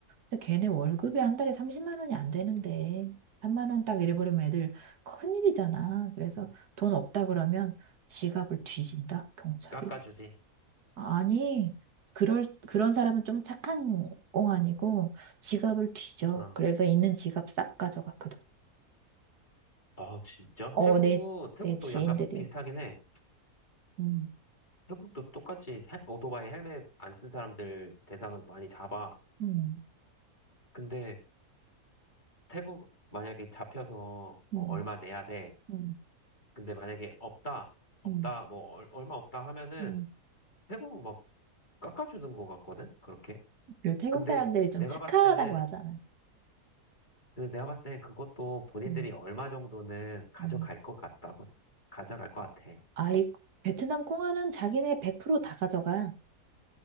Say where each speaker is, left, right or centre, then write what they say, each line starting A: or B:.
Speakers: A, on the right; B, on the left.
A: 근데 걔네 월급이 한 달에 30만 원이 안 되는데 3만 원 딱 잃어버리면 애들 큰일이잖아. 그래서 돈 없다 그러면 지갑을 뒤진다. 경찰이.
B: 깎아주지.
A: 아니, 그럴 그런 사람은 좀 착한 꽁 아니고 지갑을 뒤져.
B: 어.
A: 그래서 있는 지갑 싹 가져갔거든.
B: 아, 진짜?
A: 어,
B: 태국은,
A: 내
B: 태국도
A: 내 지인들이.
B: 약간 비슷하긴 해.
A: 음.
B: 태국도 똑같이 헬- 오토바이 헬멧 안 쓴 사람들 대상을 많이 잡아.
A: 음.
B: 근데 태국 만약에 잡혀서 뭐
A: 음,
B: 얼마 내야 돼.
A: 음,
B: 근데 만약에 없다, 없다,
A: 음,
B: 뭐 얼- 얼마 없다 하면은
A: 음.
B: 태국 막 깎아주는 것 같거든? 그렇게.
A: 그리고 태국
B: 근데
A: 사람들이 좀
B: 내가
A: 착하다고
B: 봤을 때는
A: 하잖아.
B: 근데 내가 봤을 땐 그것도 본인들이
A: 음,
B: 얼마 정도는 가져갈
A: 음.
B: 것 같다고, 가져갈 것 같아. <laughs>
A: 아이, 베트남 꽁하는 자기네 100%다 가져가.